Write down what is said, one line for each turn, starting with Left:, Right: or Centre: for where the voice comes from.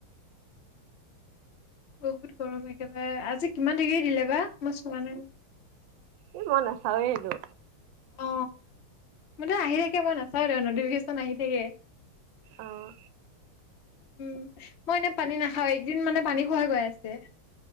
Left: বহুত গৰম একেবাৰে আজি কিমান দিগ্ৰি দিলে বা মই চোৱা নাই।
Right: এই মই নাচাওৱে এইটো
Left: অ মানে আহি থাকে মই নাচাওঁ নটিফিকেচন আহি থাকে
Right: আহ
Left: উম মই এনে পানী নাখাওঁ এইকিদিন মানে পানী খোৱাই গৈ আছে।